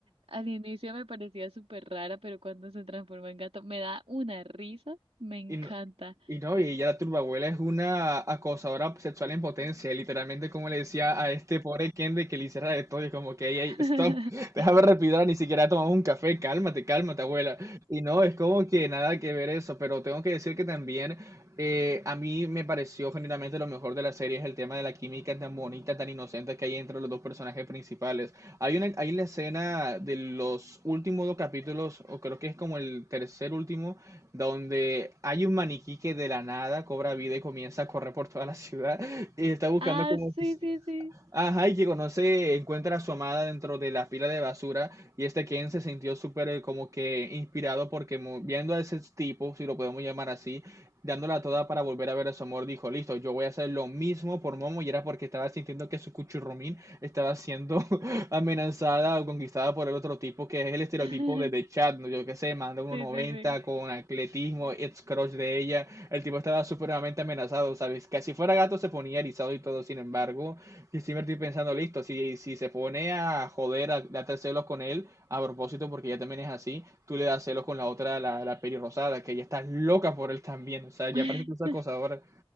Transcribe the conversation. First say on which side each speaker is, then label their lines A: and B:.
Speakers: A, on the right; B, on the right.
A: Al inicio me parecía súper rara, pero cuando se transforma en gato me da una risa, me encanta.
B: Y no, y no, y ella la turbabuela es una acosadora sexual en potencia, literalmente como le decía a este pobre Ken de que le hiciera de todo y como que, ey, ey,
A: <laughs>
B: stop, déjame respirar, ni siquiera he tomado un café, cálmate, cálmate, abuela. Y no, es como que nada que ver eso, pero tengo que decir que también eh, a mí me pareció generalmente lo mejor de la serie es el tema de la química tan bonita, tan inocente que hay entre los dos personajes principales. Hay una, hay la escena de los últimos dos capítulos, o creo que es como el tercer último, donde hay un maniquí que de la nada cobra vida y comienza a correr por toda la ciudad y está buscando
A: Ah,
B: como
A: sí, sí, sí.
B: Ajá, y que conoce, encuentra a su amada dentro de la pila de basura y este Ken se sintió súper eh, como que inspirado porque mu- viendo a ese tipo, si lo podemos llamar así, dándola toda para volver a ver a su amor, dijo, listo, yo voy a hacer lo mismo por Momo y era porque estaba sintiendo que su cuchurrumín estaba siendo <laughs> amenazada o conquistada por el otro tipo que es el estereotipo
A: <laughs>
B: de The Chat, ¿no? yo qué sé, manda uno
A: Sí,
B: noventa
A: sí, sí.
B: con atletismo, ex crush de ella, el tipo estaba supremamente amenazado, ¿sabes? Que si fuera gato se ponía erizado y todo, sin embargo... Y siempre estoy pensando, listo, si, si se pone a joder, a darte celos con él, a propósito, porque ella también es así, tú le das celos con la otra, la, la pelirrosada, que ella está loca por él también. O sea, ya
A: <laughs>
B: parece que es acosadora.